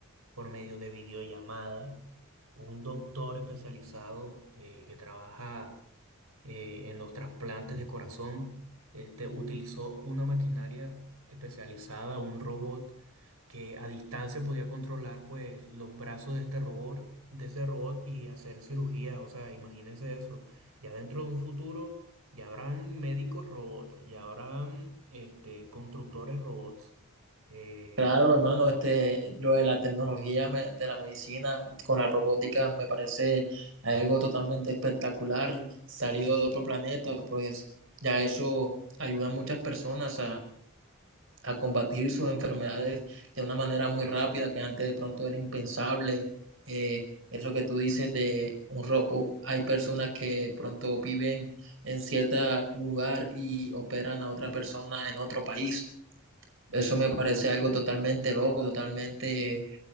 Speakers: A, on the right; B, on the right.
A: por medio de videollamada. Un doctor especializado eh, que trabaja eh, en los trasplantes de corazón, este, utilizó una maquinaria especializada, un robot que a distancia podía controlar pues los brazos de este robot, de este robot y hacer cirugía. O sea, imagínense eso. Ya dentro de un futuro ya habrán médicos robots, ya habrán este, constructores robots. Eh,
B: Claro, hermano, este, lo de la tecnología me- de la medicina con la robótica me parece algo totalmente espectacular, salido de otro planeta, pues ya eso ayuda a muchas personas a combatir sus enfermedades de una manera muy rápida que antes de pronto era impensable. Eh, eso que tú dices de un ro hay personas que pronto viven en cierto lugar y operan a otra persona en otro país. Eso me parece algo totalmente loco, totalmente